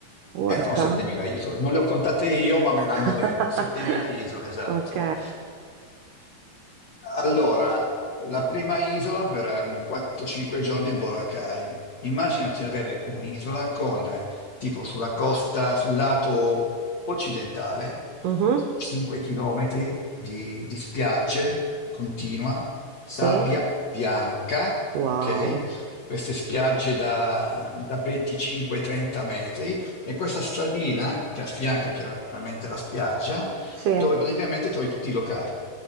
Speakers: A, on the right (about 85°); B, on the left (about 55°).
A: orca.
B: Eh, sono 7.000 isole, non le ho contate io, ma me l'hanno
A: <laughs>
B: detto, 7.000 isole, esatto.
A: Ok.
B: Allora, la prima isola per un 4-5 giorni è Boracay. Immaginati avere un'isola con, eh, tipo sulla costa, sul lato occidentale,
A: Mhm.
B: 5 km di, di spiagge continua, sabbia
A: Sì.
B: bianca,
A: Wow.
B: ok? Queste spiagge da, da 25-30 metri e questa stradina che affianca chiaramente la spiaggia
A: Sì.
B: dove praticamente trovi tutti i locali.